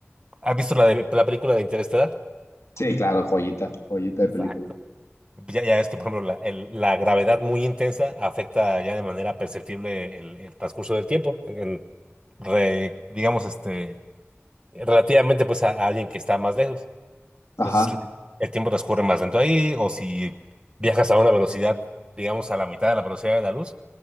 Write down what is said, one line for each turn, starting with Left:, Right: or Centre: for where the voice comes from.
Right: ¿Has visto la, de, la película de Interestelar?
Left: Sí, claro, joyita, joyita
Right: Exacto.
Left: de película.
Right: Ya, ya es que, por ejemplo, la, el- la gravedad muy intensa afecta ya de manera perceptible el, el transcurso del tiempo, en- re- digamos, este, relativamente pues a, a alguien que está más lejos.
Left: Ajá.
Right: Entonces, el tiempo transcurre más lento ahí, o si viajas a una velocidad, digamos, a la mitad de la velocidad de la luz,